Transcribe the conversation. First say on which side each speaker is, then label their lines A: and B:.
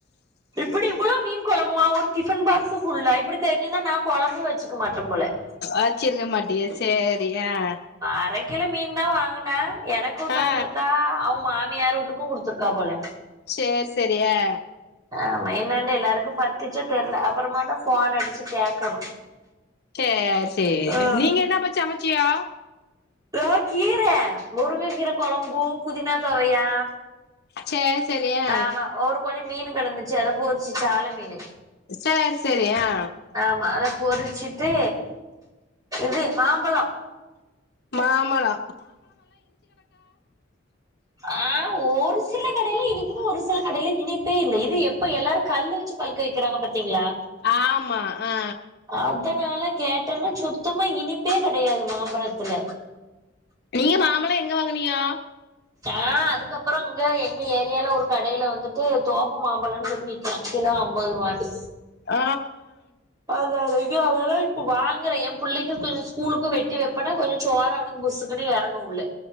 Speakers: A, on the right; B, on the left.
A: இப்டி இவ்ளோ மீன் கொழம்புமா ஒரு டிஃபன் பாக்ஸ்ஸு ஃபுல்லா இப்படி தெரிஞ்சிருந்தா நா கொழம்பு வச்சிக்க மாட்டே போல
B: ஆக்கிருக்க மாட்டிய சேரி ஆ
A: அரக்கிலோ மீன் தா வாங்கினா எனக்கூ தந்திருக்கா
B: ஆ
A: அவ் மாமியார் வூட்டுக்கு குடுத்துருக்கா போல
B: சேரி சேரி ஏ
A: ஆமா என்னேன்ட எல்லாருக்கு பத்துச்சோ தெர்ல அப்புறமாதா ஃபோன் அடிச்சு கேக்கணு
B: சேரி சேரி
A: ஆ
B: நீங்க என்ன அப்ப சமச்சியோ
A: இதோ கீர முருங்க கீர கொழம்பு புதினா தொவயா
B: சேரி சேரி ஆ
A: ஆமா ஒரு கொஞ்சோ மீனு கெடந்துச்சு அத பொருச்சு சால மீனு
B: சேரி சேரி ஆ
A: ஆமா அத பொறிச்சிட்டு இது மாம்பழோ
B: மாம்மழோ
A: ஆ ஒரு சில கடயில இனிக்குது ஒரு சில கடயில இனிப்பே இல்ல இது எப்ப எல்லாரு கல்லு வச்சு பழுக்க வக்கிறாங்க பாத்தீங்களா
B: ஆமா ஆ
A: அதனால கேட்டனா சுத்தமா இனிப்பே கெடயாது மாம்பழத்துல
B: நீங்க மாம்பழோ எங்க வாங்குனியோ.
A: நா அதுக்கப்புறோ இங்க எங்க ஏரியால ஒரு கடயில வந்துட்டு தோப்பு மாம்பழோனு சொல்லி விக் <inaudible> கிலோ அம்பது ரூவாண்டு
B: ஆ
A: அதா தா இதுவு அதனாலதா இப்ப வாங்குறே என் பிள்ளேக்கு கொஞ்சோ ஸ்கூலுக்கூ வெட்டி வெப்பேனா கொஞ் சோறு அவனுக்கு புசுக்குனு எறங்கு உள்ள